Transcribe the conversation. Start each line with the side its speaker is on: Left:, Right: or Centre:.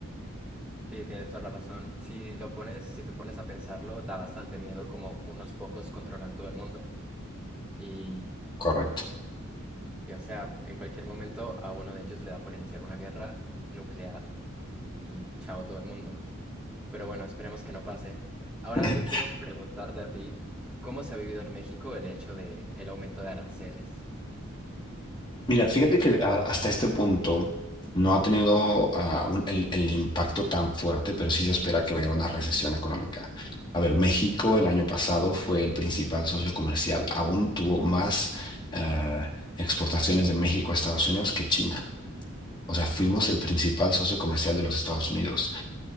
Centre: Sí, tienes toda la razón. Si lo pones, si te pones a pensarlo, da bastante miedo como unos pocos controlan todo el mundo. Y
Left: Correcto.
Centre: Y, o sea, en cualquier momento a uno de ellos le da por iniciar una guerra nuclear y chao a todo el mundo. Pero bueno, esperemos que no pase. Ahora
Left: <laughs>
Centre: yo quiero preguntarte a ti, ¿cómo se ha vivido en México el hecho de el aumento de aranceles?
Left: Mira, fíjate que a- hasta este punto no ha tenido ah, un- el, el impacto tan fuerte, pero sí se espera que venga una recesión económica. A ver, México el año pasado fue el principal socio comercial. Aún tuvo más ah, exportaciones de México a Estados Unidos que China. O sea, fuimos el principal socio comercial de los Estados Unidos.